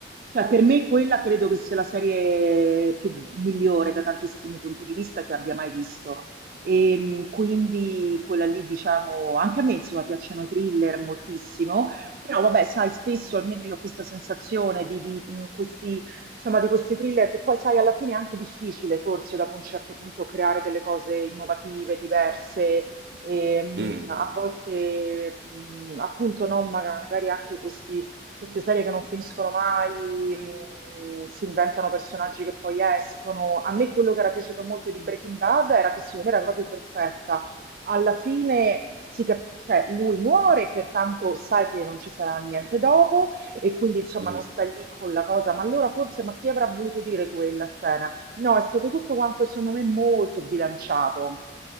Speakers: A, on the right (about 50°); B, on the right (about 70°).
A: Cioè, per me quella credo che sia la serie più migliore da tantissimi punti di vista che abbia mai visto. E mh, quindi quella lì, diciamo, anche a me insomma piacciono i thriller moltissimo, però vabbè, sai, spesso almeno io ho questa sensazione di, di, mh, questi, insomma, di questi thriller che poi sai, alla fine è anche difficile forse dopo un certo punto creare delle cose innovative, diverse e, mh,
B: lì. Mm,
A: a volte mh, appunto no, magari anche questi queste serie che non finiscono mai, mh, si inventano personaggi che poi escono. A me quello che era piaciuto molto di Breaking Bad era che secondo me era proprio perfetta. Alla fine si cap- cioè, lui muore, pertanto sai che non ci sarà niente dopo e quindi insomma
B: mm.
A: non sta lì con la cosa, ma allora forse ma chi avrà voluto dire quella scena? No, è stato tutto quanto secondo me molto bilanciato